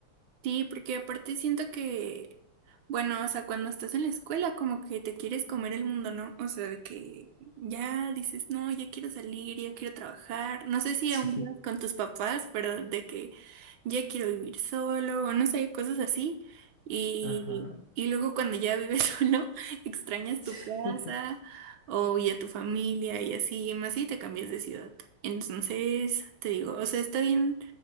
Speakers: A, on the right (about 70°); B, on the left (about 65°).
A: Sí, porque aparte siento que, bueno, o sea, cuando estás en la escuela como que te quieres comer el mundo, ¿no? O sea, de que ya dices, no, ya quiero salir, ya quiero trabajar. No sé si
B: Sí,
A: aún vivas con tus papás, pero de que ya quiero vivir solo, o no sé, cosas así. Y,
B: ajá.
A: y luego cuando ya vives <laughs> solo, extrañas
B: <laughs>
A: tu casa o y a tu familia y así, más si te cambias de ciudad. Entonces, te digo, o sea, está bien